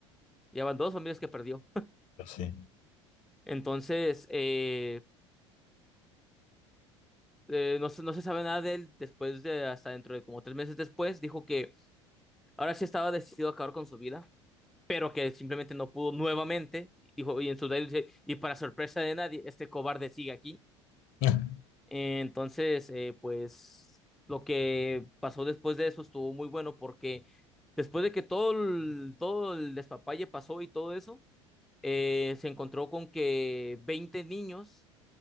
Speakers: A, in the centre; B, on the left (about 50°).
A: ya van dos familias que perdió.
B: Pues Sí.
A: Entonces, eh, eh, no, se- no se sabe nada de él después de hasta dentro de como tres meses después. Dijo que ahora sí estaba decidido a acabar con su vida, pero que simplemente no pudo nuevamente. Dijo, y en su diario dice, y para sorpresa de nadie, este cobarde sigue aquí.
B: <laughs>
A: Eh, entonces, eh, pues lo que pasó después de eso estuvo muy bueno porque después de que todo el, todo el despapalle pasó y todo eso, eh, se encontró con que 20 niños